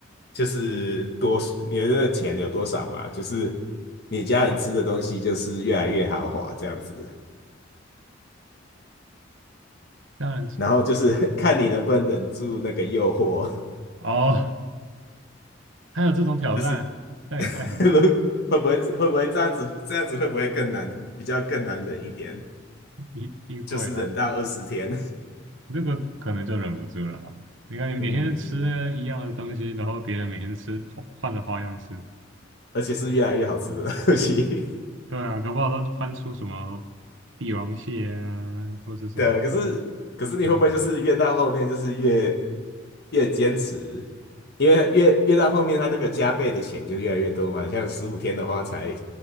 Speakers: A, on the left (about 55°); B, on the right (about 75°).
A: 就是多你的那个钱有多少嘛，就是你家人吃的东西就是越来越豪华这样子，
B: 这样子
A: 然后就是 <laughs> 看你能不能忍住那个诱惑。
B: 哦，还有这种挑战，
A: 就是
B: 那也太狠了，
A: <laughs> 如会不会会不会这样子？这样子会不会更难？比较更难忍一点，
B: 一定会啊，
A: 就是忍到二十天，
B: 这个可能就忍不住了啊。你看你每天吃一样的东西，
A: 嗯，
B: 然后别人每天吃换换着花样吃，
A: 而且是越来越好吃的东西。
B: 对啊，搞不好都翻出什么帝王蟹啊，或者是什么
A: <laughs> 对啊可是可是你会不会就是越到后面就是越
B: 牛排，
A: 越坚持？因为越越到后面，他那个加倍的钱就越来越多嘛。像十五天的话才